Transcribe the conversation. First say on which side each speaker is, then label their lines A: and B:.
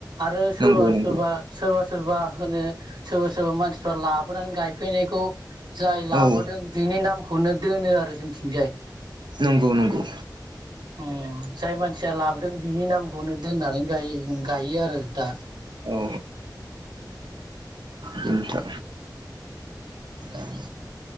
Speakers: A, on the right (about 65°); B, on the right (about 80°).
A: आरो सोरबा
B: नंगौ
A: सोरबा
B: नंगौ
A: सोरबा सोरबा होनो सोरबा सोरबा मानसिफ्रा लाबोनानै गायफैनायखौ जाय लाबोदों
B: औ
A: बिनि नामखौनो दोनो आरो जोंथिंजाय
B: नंगौ नंगौ
A: उम जाय मानसिया लाबोदों बिनि नाम खौनो दोननानै गाय गायो आरो दा
B: औ नोंथा ओं